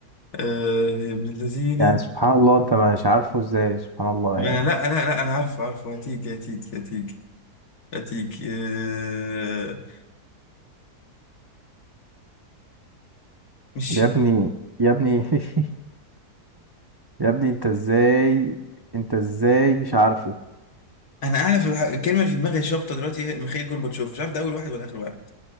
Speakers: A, on the left; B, on the right.
A: آه ابن الذين
B: يعني سبحان الله أنت مش عارفه إزاي سبحان الله
A: ما
B: يعني
A: أنا لا لا لا أنا عارفه عارفه هتيجي هتيجي هتيجي هتيجي آه مش
B: يا ابني يا ابني <laughs> يا ابني أنت إزاي أنت إزاي مش عارفه
A: أنا أعرف الح- الكلمة اللي في دماغي شابطة دلوقتي هي ميخائيل كورباتشوف مش عارف ده أول واحد ولا آخر واحد